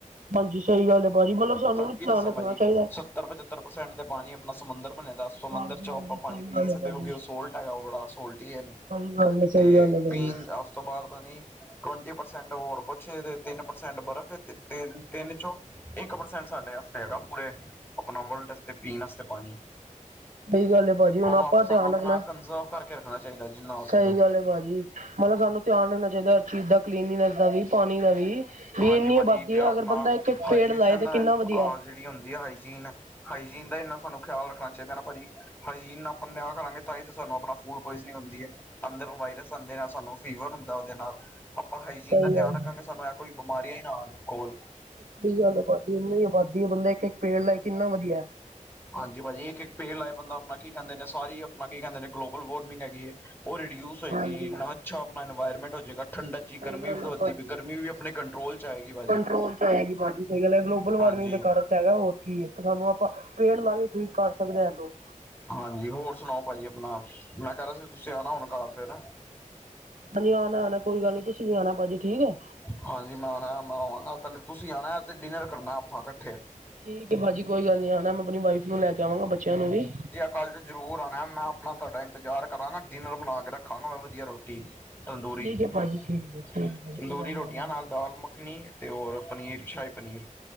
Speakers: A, on the right; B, on the left.
A: ਹਾਂਜੀ ਸਹੀ ਗੱਲ ਹੈ ਭਾਜੀ ਮਤਲਬ
B: ਤੁਹਾਨੂੰ
A: ਸਾਨੂੰ ਧਿਆਨ
B: ਕੀ ਦੱਸਾਂ
A: ਰੱਖਣਾ
B: ਭਾਜੀ
A: ਚਾਹੀਦਾ
B: ਸੱਤਰ-ਪਚੱਤਰ ਪ੍ਰਸੈਂਟ ਤੇ ਪਾਣੀ ਆਪਣਾ ਸਮੁੰਦਰ ਬਣਿਆ ਦਾ ਦੱ ਸਮੁੰਦਰ
A: ਹਾਂਜੀ ਹਾਂਜੀ
B: ਚੋਂ ਆਪਾਂ ਪਾਣੀ
A: ਸਹੀ
B: ਪੀ
A: ਗੱਲ
B: ਨਹੀ
A: ਹੈ
B: ਸਕਦੇ,
A: ਭਾਜੀ
B: ਕਿਉਂਕਿ ਉਹ ਸੋਲਟ ਹੈਗਾ ਉਹ ਬੜਾ ਸੋਲਟ ਹੀ ਏ।
A: ਸਹੀ ਗੱਲ ਹੈ ਸਹੀ
B: ਤੇ
A: ਗੱਲ ਹੈ ਭਾਜੀ
B: ਪੀਣ ਅ ਤੋਂ ਬਾਅਦ ਬਣੀ ਟਵੰਟੀ ਪਰਸੈਂਟ ਹੋਰ ਕੁਛ ਤਿੰਨ ਪ੍ਰਸੈਂਟ ਬਰਫ਼ ਤ ਤੇ ਤਿੰਨ ਚੋਂ ਇੱਕ ਪਰਸੈਂਟ ਸਾਡੇ ਵਾਸਤੇ ਹੈਗਾ ਪੂਰੇ। ਆਪਣਾ ਵਰਲਡਸਤੇ ਪੀਣ ਵਾਸਤੇ ਪਾਣੀ।
A: ਸਹੀ ਗੱਲ ਐ ਭਾਜੀ, ਹੁਣ
B: ਉਹਨੂੰ
A: ਆਪਾਂ
B: ਸਾਨੂੰ
A: ਧਿਆਨ
B: ਆਪਣਾ
A: ਰੱਖਣਾਂ
B: ਕੰਜ਼ਰਵ ਕਰਕੇ ਰੱਖਣਾ ਚਾਹੀਦਾ ਜਿੰਨਾ ਹੋ ਸਕੇ
A: ਸਹੀ ਗੱਲ ਐ ਭਾਜੀ। ਮਤਲਬ ਸਾਨੂੰ ਧਿਆਨ ਰੱਖਣਾ ਚਾਹੀਦਾ ਹਰ ਚੀਜ਼ ਦਾ ਕਲੀਨਨੈਸ ਦਾ ਵੀ, ਪਾਣੀ ਦਾ ਵੀ ਵੀ
B: ਹਾਂਜੀ
A: ਇੰਨੀ
B: ਭਾਜੀ
A: ਆਬਾਦੀ ਆ
B: ਆਪਣਾ
A: ਅਗਰ ਬੰਦਾ ਇੱਕ-ਇੱਕ
B: ਹਾਈਜੇਸ਼ਨ
A: ਪੇੜ ਲਾਏ ਤੇ ਕਿੰਨਾ ਵਧੀਆ।
B: ਜਿਹੜੀ ਹੁੰਦੀ ਆ ਹਾਈਜੀਨ, ਹਾਈਜੀਨ ਦਾ ਇੰਨਾ ਸਾਨੂੰ ਖਿਆਲ ਰੱਖਣਾ ਚਾਹੀਦਾ ਨਾ ਭਾਜੀ ਹਾਈਜੀਨ ਆਪਾਂ ਨਿਆਂਹ ਕਰਾਂਗੇ। ਤਾਂ ਹੀ ਤਾਂ ਸਾਨੂੰ ਆਪ ਫੂਡ ਪੋਇਜਨਿੰਗ ਹੁੰਦੀ ਐ। ਅੰਦਰ ਵਾਇਰਸ ਆਂਦੇ ਨਾਲ ਸਾਨੂੰ ਫੀਵਰ ਹੁੰ ਉਹਦੇ ਨਾਲ ਆਪਾਂ ਹਾਈਜੀਨ
A: ਸਹੀ
B: ਦਾ ਧਿਆਨ
A: ਗੱਲ
B: ਰੱਖਾਂਗੇ। ਸਾਨੂੰ ਇਹ ਕੋਈ ਬਿਮਾਰੀਆਂ ਹੀ ਨਾ ਕੋਲ।
A: ਸਹੀ ਗੱਲ ਆ ਭਾਜੀ ਆਬਾਦੀ ਨੀ ਆਬਾਦੀ ਬੰਦਾ ਇੱਕ-ਇੱਕ ਪੇੜ ਲੈ ਕੇ ਕਿੰਨਾ ਵਧੀਆ।
B: ਹਾਂਜੀ ਭਾਜੀ, ਇੱਕ-ਇੱਕ ਪੇੜ ਲਾਏ ਬੰਦਾ ਆਪਣਾ ਕੀ ਕਹਿੰਦੇ ਨੇ ਸਾਰੀ ਆਪਣਾ ਕੀ ਕਹਿੰਦੇ ਨੇ ਗਲੋਬਲ ਵਾਰਮਿੰਗ ਹੈਗੀ ਐ। ਉਹ ਰਿਡਿਊਸ ਹੋਏਗੀ
A: ਹਾਂਜੀ
B: ਇੰਨਾ ਅੱਛਾ ਆਪਣਾ ਇਨਵਾਇਰਮੈਂਟ ਹੋ ਜਾਵੇਗਾ। ਠੰਡਾ
A: ਸਹੀ
B: ਜੀ ਗਰਮੀ
A: ਗੱਲ
B: ਵਧਦੀ
A: ਹੈ ਭਾਜੀ
B: ਗਰਮੀ ਵੀ ਆਪਣੇ ਕੰਟਰੋਲ 'ਚ' ਆਏਗੀ। ਭਾਜੀ।
A: ਕੰਟਰੋਲ 'ਚ' ਆਏਗੀ ਗਲੋਬਲ ਵਾਰਮਿੰਗ
B: ਹਾਂਜੀ।
A: ਦੇ ਕਾਰਨ ਹੈਗਾ ਹੋਰ ਕੀ ਐ, ਪਰ ਸਾਨੂੰ ਆਪਾਂ ਪੇੜ ਲਾ ਕੇ ਠੀਕ ਕਰ ਸਕਦੇ ਐ ਇਹਨੂੰ
B: ਹਾਂਜੀ, ਹੋਰ ਸੁਣਾਓ ਭਾਜੀ ਆਪਣਾ ਮੈਂ ਕਹਿ ਰਿਹਾ ਸੀ, ਤੁਸੀਂ ਆਣਾ ਹੁਣ ਘਾਰ ਫਿਰ
A: ਹਾਂਜੀ, ਆਣਾ-ਆਣਾ ਕੋਈ ਗੱਲ ਨੀ ਤੁਸੀਂ ਵੀ ਆਣਾ ਭਾਜੀ ਠੀਕ ਐ
B: ਹਾਂਜੀ, ਮੈਂ ਆਣਾ ਮੈਂ ਆਵਾਂਗਾ ਪਹਿਲੇ ਤੁਸੀਂ ਆਣਾ 'ਤੇ ਡਿਨਰ ਕਰਨਾ ਆਪਾਂ ਇਕੱਠੇ
A: ਠੀਕ ਹੈ ਭਾਜੀ, ਕੋਈ ਗੱਲ ਨੀ ਆਣਾ ਮੈਂ ਆਪਣੀ ਵਾਈਫ ਨੂੰ ਲੈ ਕੇ ਆਵਾਂਗਾ ਬੱਚਿਆਂ ਨੂੰ ਵੀ
B: ਕੱਲ 'ਚ' ਜ਼ਰੂਰ ਆਣਾ ਮੈਂ ਆਪਣਾ ਤੁਹਾਡਾ ਇੰਜ਼ਾਰ ਕਰਾਂਗਾ, ਡਿਨਰ ਬਣਾ ਕੇ ਰੱਖਾਂਗਾ ਮੈਂ ਵਧੀਆ ਰੋਟੀ ਤੰਦੂਰੀ-
A: ਠੀਕ ਹੈ ਭਾਜੀ ਠੀਕ
B: <inaudible>
A: ਹੈ ਠੀਕ ਭਾਜੀ
B: ਤੰਦੂਰੀ
A: ਕੋਈ ਗੱਲ ਨੀ
B: ਰੋਟੀਆਂ
A: ਆਵਾਂਗੇ।
B: ਨਾਲ ਦਾਲ ਮੱਖਣੀ 'ਤੇ ਹੋਰ ਪਨੀਰ, ਸ਼ਾਹੀ ਪਨੀਰ